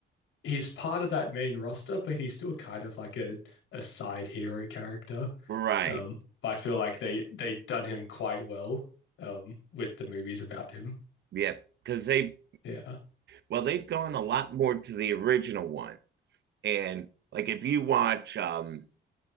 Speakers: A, on the left (about 80°); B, on the right (about 60°).
A: he's part of that main roster, but he's still kind of like a a side hero character.
B: right,
A: Um, but I feel like they they done him quite well um with the movies about him.
B: yeah, because they
A: Yeah.
B: well they've gone a lot more to the original one And like if you watch um,